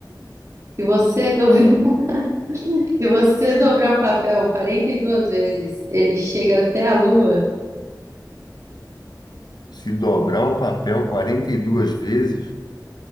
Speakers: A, on the right; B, on the left.
A: Se você dobrar, <laughs> se você dobrar um papel 42 vezes, ele chega até a lua.
B: Se dobrar o papel 42 vezes?